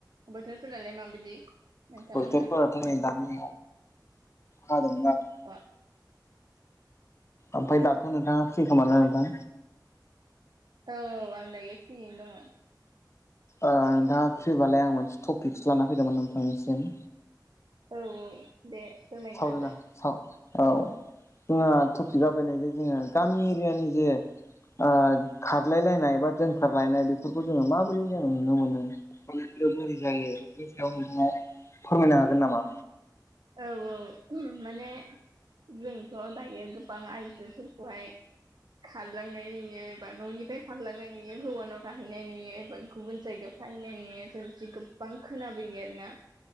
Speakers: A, on the right; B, on the left.
A: बोथोरफोरालाय माबायदि। नोंथांमोनना
B: बोथोरफोराथ' दानि अखा हादोंमोन आरो
A: अ।
B: ओमफफाय दाथ' नोंथांङा फ्रि खोमाना नोंथां।
A: औ आंदायै फ्रियैनो दंङ।
B: ओ दा फैबालाय आं मोनसे टपिक्स लाना फैदोंमोन नोंथांनिसिम।
A: औ औ दे फोरमायनो
B: सावरायना
A: हागोन।
B: साव औ जोंहा टपिकआ बायनाय जे जोंङो गामि एरियानि जे ओ खारलाय लायनाय बा दोनखारलायनाय बेफोरखौ जोंङो माबोरै जों नुनो मोनो। बोरै जायो बेफोरनि सायाव नोंथांङा फोरमायनो हागोन नामा
A: औ औ माने जोंथ' दायो गोबां आइजोफोरखौहाय खारलांनाय नुयो एबा न'निफ्राय खारलांनाय नुयो हौवानाव थाहैनाय नुयो एबा गुबुन जायगायाव थाहैनाय नुयो जों गोबां खोनाबोयो आरोना